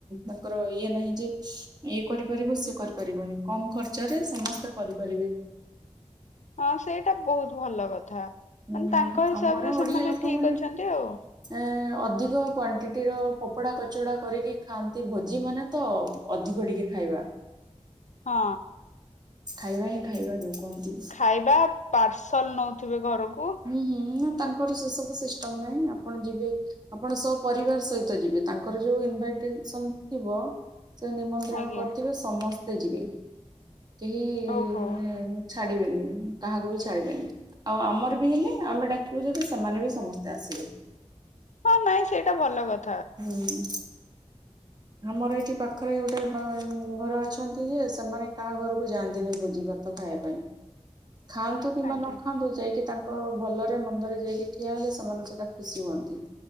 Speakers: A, on the right (about 35°); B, on the left (about 80°).
A: ତାଙ୍କର ଇଏ ନାହିଁ ଯେ ଇଏ କରିପାରିବ ସେ କରିପାରିବନି କମ ଖର୍ଚ୍ଚରେ ସମସ୍ତେ କରିପାରିବେ।
B: ହଁ ସେଇଟା ବହୁତ ଭଲ କଥା।
A: ହୁଁ
B: ମାନେ ତାଙ୍କ ହିସାବରେ
A: ଆମର ଓଡିଆ
B: ସେମାନେ
A: ଲୋକମାନୋନ
B: ଠିକ ଅଛନ୍ତି ଆଉ
A: ଏ ଅଧିକ କ୍ଵାଣ୍ଟିଟିର। କପଡ଼ା କଚଡ଼ା କରିକି ଖାଆନ୍ତି ଭୋଜି ମାନେ ତ ଅଧିକ ଟିକେ ଖାଇବା।
B: ହଁ।
A: ଖାଇବା ହିଁ ଖାଇବା ଯୋଉ। କୁହନ୍ତି।
B: ଖାଇବା ପାର୍। ସଲ ନେଉଥିବେ ଘରକୁ।
A: ହୁଁ ହୁଁ। ତାଙ୍କର ସେ ସବୁ ସିଷ୍ଟମ୍ ନାହିଁ ଆପଣ ଯିବେ ଆପଣ ସ ପରିବାର ସହିତ ଯିବେ ତାଙ୍କର ଯୋଉ ଇନଭାଇଷ୍ଟେସନ୍ ଥିବ ସେ ନିମନ୍ତ୍ରଣ
B: ଆଜ୍ଞା
A: କରିଥିବେ ସମସ୍ତେ ଏବେ ଯିବେ। କେହି
B: ଓହୋ।
A: ମାନେ ଛାଡିବେନି କାହାକୁ ବି ଛାଡିବେନି ଆଉ ଆମର ହେଲେ ଆମେ ଡାକିବୁ ଯଦି ସେମାନେ ବି ସମସ୍ତେ ଆସିବେ।
B: ହଁ ନାଇଁ ସେଇଟା ଭଲ କଥା।
A: ହୁଁ। ଆମର ଏଠି ପାଖରେ ଗୋଟେ ଘର ଅଛନ୍ତି ଯେ ସେମାନେ କାହା ଘରକୁ ଯାଆନ୍ତିନି ଭୋଜି ଭାତ ଖାଇବା ପାଇଁ। ଖାଆନ୍ତୁ କିମ୍ବା
B: ଆଜ୍ଞା
A: ନ ଖାଆନ୍ତୁ ଯାଇକି ତାଙ୍କୁ ଲୋକ ଭଲରେ ମନ୍ଦରେ ଯାଇକି ଠିଆ ହେଲେ ସେମାନେ ସେଇଟା ଖୁସି ହୁଅନ୍ତି।